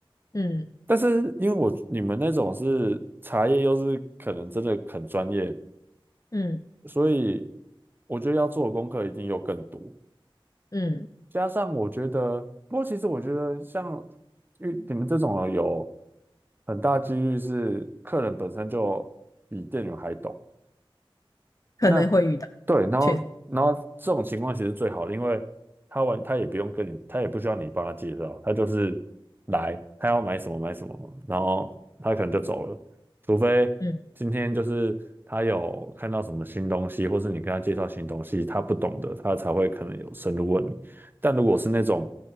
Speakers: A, on the left (about 40°); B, on the right (about 20°).
A: 嗯
B: 但是因为我你们那种是茶叶，又是可能真的很专业。
A: 嗯
B: 所以我觉得要做的功课一定又更多，
A: 嗯，
B: 加上我觉得，不过其实我觉得像遇你们这种有很大几率是客人本身就比店员还懂，
A: 可能会遇到，
B: 那对，然后然后这种情况其实最好的，
A: 确实，
B: 因为他完他也不用跟你，他也不需要你帮他介绍，他就是来，他要买什么买什么，然后他可能就走了，除非今天就是他有看到什么新东西，
A: 嗯
B: 或是你跟他介绍新东西，他不懂的，他才会可能有深入问你。但如果是那种